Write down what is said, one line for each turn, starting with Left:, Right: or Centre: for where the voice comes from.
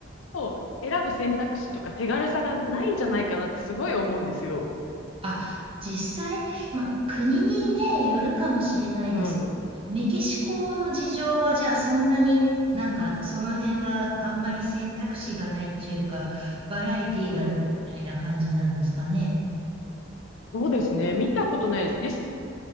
Left: 本を選ぶ選択肢とか手軽さがないんじゃないかなってすごい思うんですよ。
Right: あ、実際、まあ、国にね、よるかもしれないです。
Left: うん。
Right: メキシコの事情はじゃあそんなになんかその辺はあんまり選択肢がないっていうか、バラエティーがないみたいな感じなんですかね。
Left: うん。そうですね。見たことないです。実